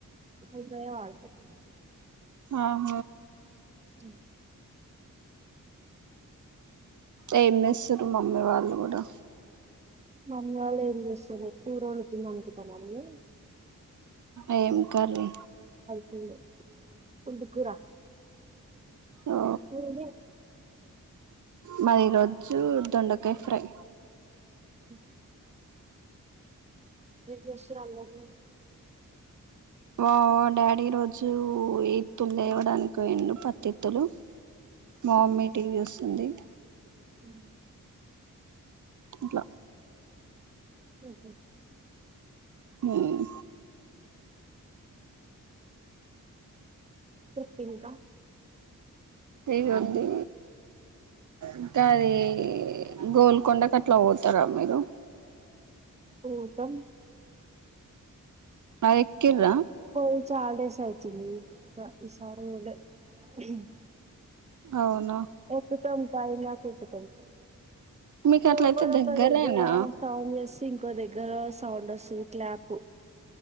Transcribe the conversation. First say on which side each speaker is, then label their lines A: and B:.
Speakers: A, on the right (about 20°); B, on the right (about 60°).
A: వైఫై ఏ వాడతారు
B: ఆహ
A: మ్
B: ఏం ఎస్సుర్రు మమ్మీ వాళ్ళు కూడా
A: మమ్మి వాళ్ళు ఏం చేస్తుర్రు కూర వండుతుంది అనుకుంటున్న మల్లి
B: ఏం కర్రీ?
A: కూర పుంటికూర
B: ఓ
A: నేనె
B: మాది ఈ రోజు దొండకాయ ఫ్రై
A: ఉమ్ ఏం చేస్తుర్రు అన్న వాళ్ళు.
B: మా డాడీ రోజు ఇత్తులు తేవడానికి పోయిండు పత్తి ఇత్తులు. మా మమ్మీ టీవీ చుస్తుంది.
A: ఉమ్.
B: అట్లా
A: ఉహు.
B: ఉమ్.
A: చెప్పు ఇంక.
B: ఏం ఉంది ఇంకా అది గోల్కొండకు అట్లా పొదాం. వస్తారా మీరు.
A: ఉమ్ పోతాం.
B: ఆహ్ ఎక్కింరా.
A: పోయి చాలా డేస్ వచ్చింది ఇంకా ఈసారి పోలే ఉమ్.
B: అవును.
A: ఎక్కుతాం పైనకు ఎక్కుతం.
B: మీకు అట్లయితే
A: లోపల
B: దగ్గరేనా
A: ఒక దగ్గర స్నానం చెస్. ఇంకో దగ్గర సౌండ్ వస్తుంది క్లాప్.